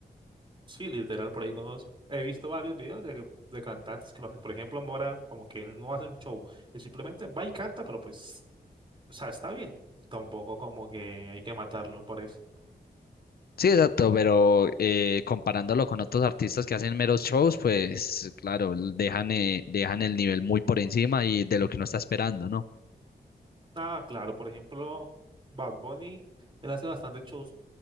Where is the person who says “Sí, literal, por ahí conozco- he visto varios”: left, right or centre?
Right